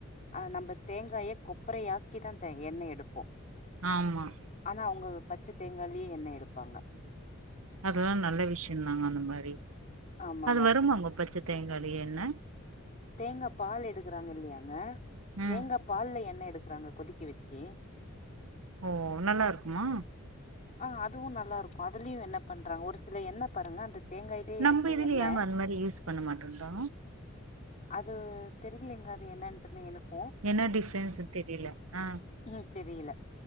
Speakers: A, on the left; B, on the right.
A: அ நம்ம தேங்காய கொப்பரையாக்கி தா எண்ணைய எடுப்போ
B: ஆமா
A: ஆனா அவுங்க பச்ச தேங்காலையே எண்ண எடுப்பாங்க
B: அதுதா நல்ல விஷியோ தாங்க அந்த மாரி
A: ஆமாங்க
B: அது வருமாங்க பச்ச தேங்காயிலையே எண்ண
A: தேங்கா பால் எடுக்கறாங்க இல்லையாங்க
B: ம்
A: தேங்கா பால்ல எண்ணெய எடுக்கறாங்க கொதிக்கி வெச்சி
B: ஓ நல்லா இருக்குமா
A: ஆ அதுவு நல்லா இருக்கு அதுலயு எண்ண பண்றாங்க ஒரு சில எண்ண பாருங்க அந்த தேங்காய்லேயே
B: நம்ம
A: எடுக்குற
B: இதுல
A: எண்ண
B: ஏங்க அந்த மாரி யூஸ் பண்ண மாட்டேன்றோ
A: அது தெரிலைங்க அது என்ன இன்டுன்னு எனக்கோ
B: என்ன டிஃப்ரென்ஸ்ன்னு தெரியல ஆ
A: ம் தெரியல